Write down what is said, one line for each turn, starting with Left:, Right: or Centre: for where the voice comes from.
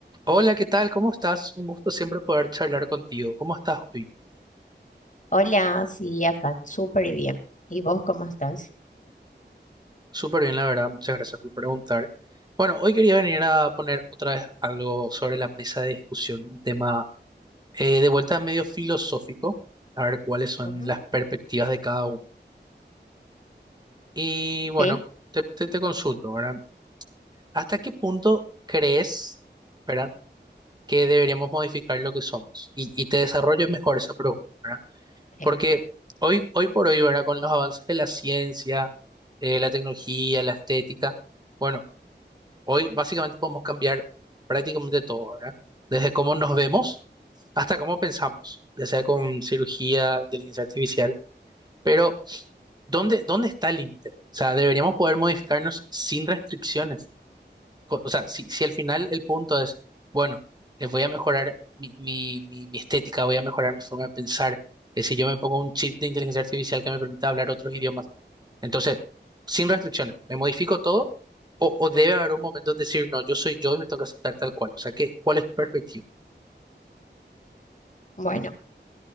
Right: Hola, ¿qué tal? ¿Cómo estás? Un gusto siempre poder charlar contigo. ¿Cómo estás hoy?
Left: Hola, sí, acá, súper bien. ¿Y vos cómo estás?
Right: Súper bien, la verdad. Muchas gracias por preguntar. Bueno, hoy quería venir a poner otra vez algo sobre la mesa de discusión, un tema eh, de vuelta medio filosófico, a ver cuáles son
Left: Ujú,
Right: las perspectivas de cada uno. Y bueno,
Left: Sí,
Right: te, te, te consulto, ¿verdad? ¿Hasta qué punto crees, ¿verdad?, que deberíamos modificar lo que somos? Y, y te desarrollo mejor esa pregunta, ¿verdad?
Left: sí.
Right: Porque hoy, hoy por hoy, ¿verdad? Con los avances de la ciencia, eh, la tecnología, la estética, bueno, hoy básicamente podemos cambiar prácticamente todo, ¿verdad? Desde cómo nos vemos hasta cómo pensamos, ya sea con cirugía, inteligencia artificial. Pero, ¿dónde, dónde está el límite? O sea, deberíamos poder modificarnos sin restricciones co- O sea, si, si al final el punto es, bueno, eh, voy a mejorar mi, mi, mi, mi estética, voy a mejorar mi forma de pensar, eh, si yo me pongo un chip de inteligencia artificial que me permita hablar otros idiomas, entonces, sin restricciones, ¿me modifico todo? O, o debe haber un momento en decir, no, yo soy yo y me tengo que aceptar tal cual. O sea, ¿qué, cuál es tu perspectiva?
Left: Bueno,